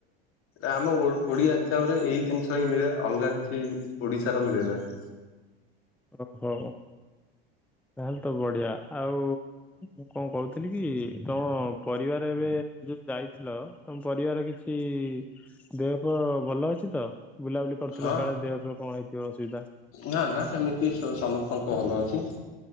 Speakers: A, on the left (about 45°); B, in the centre.
A: ଆମ ଓ ଓଡିଆ ହିସାବରେ ଏଇ ଜିନିଷ ହିଁ ମିଳେ। ଅଲଗା କିଛି ଓଡ଼ିଶାର ମିଳେ ନାହିଁ।
B: ଓ ହୋ ତାହେଲେ ତ ବଢିଆ, ଆଉ ମୁଁ କଣ କହୁଥିଲି କି ତମ ପରିବାର ଏବେ ଯୋଉ ଯାଇଥିଲ, ତମ ପରିବାର କିଛି ଇ ଦେହ ଫେମ ଭଲ ଅଛି ତ, ବୁଲାବୁଲି କରିଥିଲ
A: ହଁ
B: କାଳେ ଦେହ ପା କଣ ହେଇଥିବ ଅସୁବିଧା?
A: ନା ନା ସେମିତି ସ ସମସ୍ତଙ୍କୁ ଭଲ ଅଛି।